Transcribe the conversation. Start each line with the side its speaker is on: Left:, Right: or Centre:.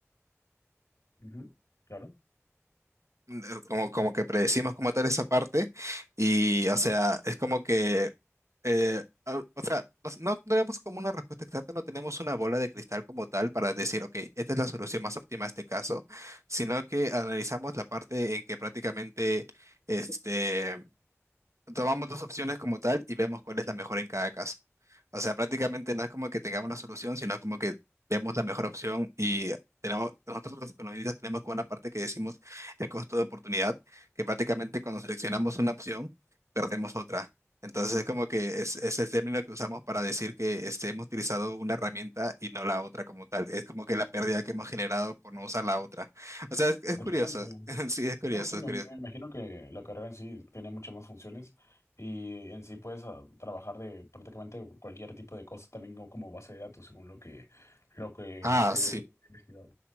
Left: Ujú, Claro,
Right: eh, como, como que predecimos como tal esa parte y, o sea, es como que, eh, al- o sea, nos- no tenemos como una respuesta exacta, no tenemos una bola de cristal como tal para decir, ok, esta es la solución más óptima a este caso, sino que analizamos la parte en que prácticamente, este tomamos dos opciones como tal y vemos cuál es la mejor en cada caso. O sea, prácticamente no es como que tengamos la solución, sino como que vemos la mejor opción y tenemos, nosotros los economistas tenemos como una parte que decimos el costo de oportunidad, que prácticamente cuando seleccionamos una opción, perdemos otra. Entonces es como que es, es el término que usamos para decir que este, hemos utilizado una herramienta y no la otra como tal. Es como que la pérdida que hemos generado por no usar la otra. O sea, es, es
Left: interesante.
Right: curioso. <laughs> Sí, es curioso,
Left: No, sí,
Right: es
Left: me,
Right: curioso.
Left: me imagino que la carrera en sí tiene muchas más funciones y en sí puedes ah, trabajar de prácticamente cualquier tipo de cosa, también como como base de datos, según lo que, lo que
Right: Ah,
Left: se
Right: sí.
Left: ha investigado.